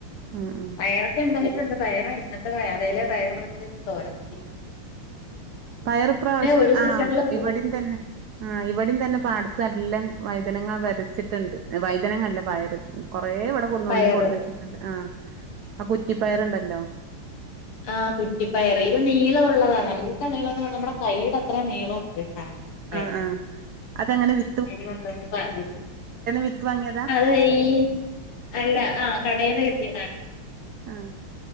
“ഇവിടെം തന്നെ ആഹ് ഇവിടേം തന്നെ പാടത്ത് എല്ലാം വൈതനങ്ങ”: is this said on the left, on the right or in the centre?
Right